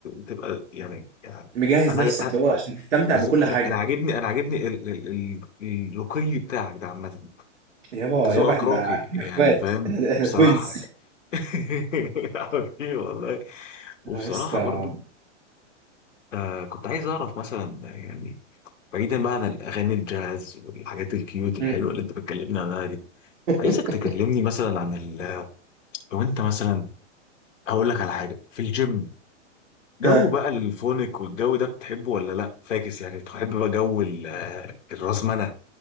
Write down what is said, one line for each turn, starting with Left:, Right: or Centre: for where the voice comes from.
Left: تبقى يعني, يعني
Right: مجهز
Left: انا
Right: نفسك
Left: أنا-
Right: اللي هو عشان تستمتع
Left: بالظبط
Right: بكل حاجه
Left: انا انا عاجبني انا عاجبني ال... ال... ال... الرقي بتاعك ده عامه
Right: يابا
Left: انت ذوقك
Right: يابا احنا
Left: راقي
Right: احنا
Left: يعني
Right: اخوات
Left: فاهم
Right: احنا احنا
Left: بصراحه
Right: توينز
Left: يعني. <laughs> حبيبي والله وبصراحه
Right: يا اسطى
Left: برضو آه كنت عايز اعرف مثلا يعني بعيدا بقى عن الاغاني الجاز والحاجات الكيوت الحلوه
Right: مم.
Left: اللي انت بتكلمني عنها دي
Right: <laughs>
Left: عايزك تكلمني مثلا عن ال... لو انت مثلا هقول لك على حاجه في الجيم جو
Right: ها
Left: بقى الفونك والجو ده بتحبه ولا لا فاكس يعني تحب بقى جو ال- آه، الرزمنه